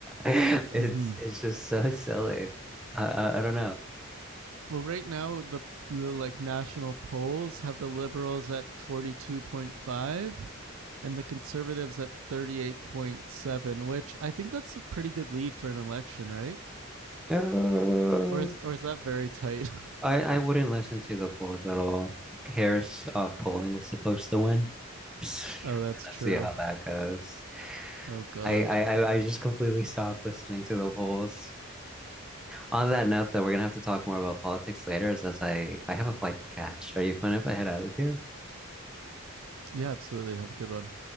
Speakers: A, in the centre; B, on the right.
A: It's
B: Mm-hmm.
A: it's just so silly. I I, I don't
B: Well, right now the the like national polls have the liberals at 42.5 and the conservatives at 38.7, which I think that's a pretty good lead for an election, right?
A: know.
B: Or is or
A: <laughs>
B: is that very tight?
A: I, I wouldn't listen to the polls at all. Harris off polling was supposed to win. <laughs> Let's
B: <laughs> oh, that's true.
A: see how that goes.
B: Oh god.
A: I, I I I just completely stopped listening to the polls. On that note, though, we're gonna have to talk more about politics later, as, as I I have a flight to catch. Are you fine if I head out of here?
B: Yeah, absolutely. Have a good one.